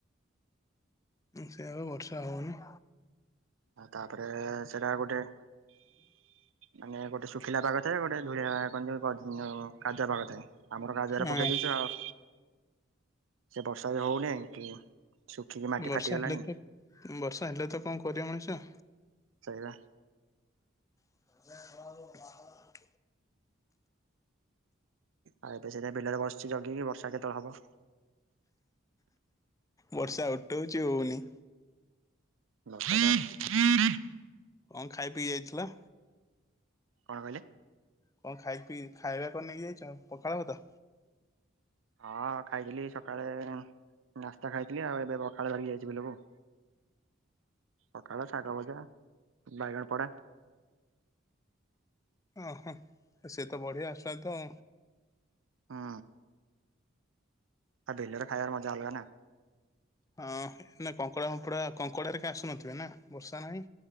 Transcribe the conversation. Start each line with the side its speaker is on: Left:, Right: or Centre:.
Left: ସେଇଆପା ବର୍ଷା ହଉନି।
Right: ତାପରେ ସେଟା ଗୋଟେ
Left: ହଁ।
Right: ମାନେ ଗୋଟେ ଶୁଖିଲା ପାଗ ଥାଏ ଗୋଟେ ଧୂଳିଆ କଣ ତ କାଦୁଆ ପାଗ ଥାଏ। ଆମର କାଦୁଅରେ
Left: ହଁ
Right: ପକେଇ ଦେଇଛୁ ଆଉ ସେ ବର୍ଷା ବି ହଉନି କି ଶୁଖିକି ମାଟି
Left: ବର୍ଷା
Right: ଫାଟିଗଲାଣି
Left: ହେଲେ ତ ବର୍ଷା ହେଲେ ତ କଣ କରିବା ମଣିଷ?
Right: ସେଇପା।
Left: <inaudible>
Right: ଆଉ ଏବେ ସେଥିପାଇଁ ବିଲରେ ବସିଛି ଜଗିକି ବର୍ଷା କେତବେଳେ ହବ।
Left: ବର୍ଷା ଉଟଉଛି ହଉନି।
Right: <inaudible>
Left: କଣ ଖାଇ ପିଇକି ଯାଇଥିଲା?
Right: କଣ କହିଲେ?
Left: କଣ ଖାଇି ପିଇ ଖାଇବା କଣ ନେଇକି ଯାଇଛ ପଖାଳ ଭାତ?
Right: ହଁ ଖାଇଥିଲି ସକାଳେ ନାସ୍ତା ଖାଇଥିଲି ଆଉ ଏବେ ପଖାଳ ଧରିକି ଯାଇଛି ବିଲକୁ। ପଖାଳ, ଶାଗ ଭଜା, ବାଇଗଣ ପୋଡ଼ା।
Left: ଓହୋ ସିଏତ ବଢ଼ିଆ ସ୍ୱାଦ।
Right: ହୁଁ। ଆଉ ବିଲରେ ଖାଇବାର ମଜା ଅଲଗା ନା।
Left: ହଁ ଏଇନା କଙ୍କଡ଼ା ଫଙ୍କଡା କଙ୍କଡ଼ାରେ କାଇଁ ଆସୁନଥିବେ ନା ବର୍ଷା ନାହିଁ?